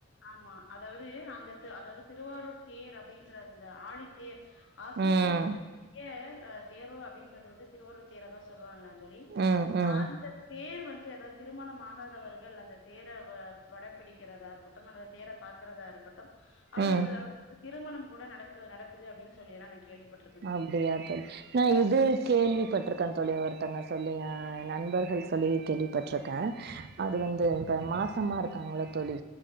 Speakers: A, on the left; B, on the right.
A: ஆமா அதாவது அந்த அதாவது திருவாரூர் தேர் அப்டின்ற அந்த ஆழித்தேர் ஆசியாவிலே
B: ம்.
A: மிகப்பெரிய அ தேரோ அப்டின்றது வந்து திருவாரூர் தேர தா சொல்லுவாங்ளா தோழி
B: ம், ம்,
A: அந்த தேர் வந்து எதா திருமணம் ஆகாதவர்கள் அந்த தேர வ வடம் பிடிக்கறதா இருக் டும் அந்த தேர பாக்கறதா இருக்கட்டும் அவளுகள்
B: ம்.
A: க்கு திருமணம் கூட நடக் நடக்குது அப்டின்னு சொல்லி எல்லா நா கேள்விப்ப
B: அப்டியா தோழி நா இது கேள்விப்பட்டிருக்க தோழி ஒருத்தங்க சொல்லி ஆ நண்பர்கள் சொல்லி கேள்விப்பட்ருக்க அது வந்து இப்ப மாசமா இருக்காங்கள தோழி